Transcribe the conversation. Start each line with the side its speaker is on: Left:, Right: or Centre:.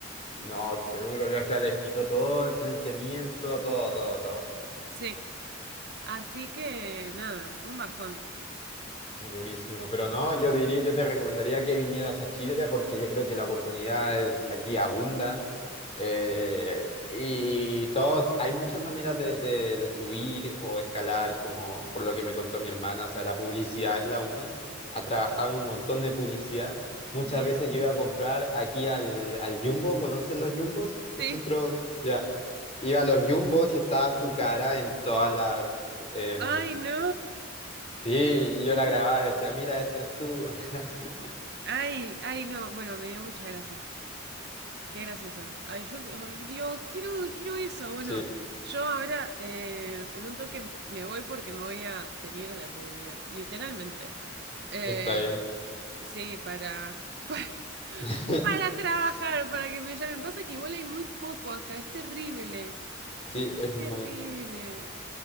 Left: No, qué duro, o sea, les quitó todo el financiamiento, todo, todo, todo.
Right: Sí. Así que nada, un bajón.
Left: Durísimo, pero no, yo diría, yo te recomendaría que vinieras a Chile porque yo creo que las oportunidades aquí abundan eh, y todo, hay muchas maneras de, de- de subir o escalar, como por lo que me contó mi hermana, o sea, la publicidad es la una, ha trabajado en un montón de publicidad, muchas
Right: Mira.
Left: veces yo iba a comprar aquí al, al Jumbo, ¿conocen los Jumbos?
Right: Sí.
Left: Los centros, ya, Iba a los Jumbos y estaba su cara en todas las... em,
Right: Ay, no.
Left: Sí, y yo la grababa y decía, mira, esta eres tú. <laughs>
Right: Ay, ay, no. Bueno, me dio mucha gracia. Qué gracioso. Ay, yo ay, digo, quiero, quiero eso. Bueno,
Left: Sí,
Right: Sí. yo ahora eh, en un toque me voy porque me voy a teñir de rubia. Literalmente. Eh,
Left: está bien.
Right: sí, para. <laughs>
Left: <laughs>
Right: para trabajar, para que me llamen. Pasa que igual hay muy poco acá, es terrible.
Left: Sí,
Right: Es
Left: es muy
Right: terrible.
Left: poco.